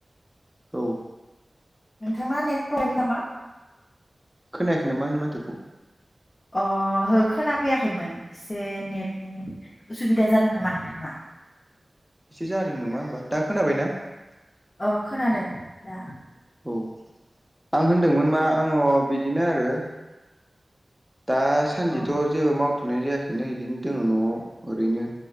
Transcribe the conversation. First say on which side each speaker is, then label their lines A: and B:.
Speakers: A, in the centre; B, on the left (about 45°).
A: औ
B: नोंथांना नेट प्रब्लेम नामा?
A: खोनायाखै नामा आंनि माथोखौ।
B: अ' हो खोना फैयाखैमोन एसे नेटनि उसुबिदा जादों नामा नोंथांना?
A: एसे जादों नामा होमबा दा खोनाबाय ना?
B: अ खोनादों दा
A: औ आं होनदोंमोन मा आङ' बिदिनो आरो। दासान्दिथ'
B: अ
A: जेबो माव थ'नाय जायाखैनो इदिनो दोङो न'आव ओरैनो